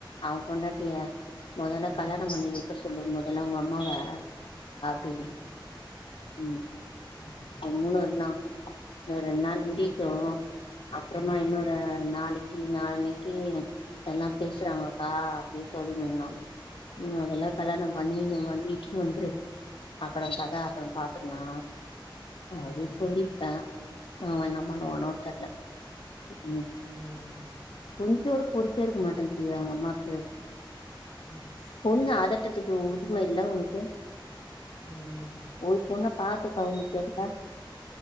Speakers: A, on the left; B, on the right.
A: அவ பொண்டாட்டிய மொதல்ல
B: ம்
A: கல்யாணம் பண்ணி வெக்க சொல்லு மொதல்ல உங்க அம்மாவே அப்டின்
B: ம்
A: ம்
B: ம்
A: அ மூணுன்னா அ ரெண்டு நாள் முடிட்டு அப்புறமா
B: ம் ம்
A: இன்னொரு நாளைக் கி நாளான்னைக்கி எல்லாம் பேசுறாங்கக்கா அப்டின்னு சொல்ணிருந்தான் ம் மொதெல்ல கல்யாணம் பண்ணி இங்க வந்து இட்டுன்னு வந்துரு அப்புற கதை அப்புற பாத்துகளா
B: ம்
A: அப்பின் சொல்லிட்ட அவ இன்னா பண்ணுவானோ தெர்ல ம்
B: ம்
A: கொஞ்ச கூட பொறுப்பே இருக்க மாட்டேங்கிது எ அவ அம்மாக்கு
B: ஒ ஸ்
A: ஒண்ணு ஆதட்டத்துக்கு உரிமை இல்லை உனக்கு
B: ம்
A: ஒரு பொண்ணப் பாத்து கவுந்திட்டாயா அதுல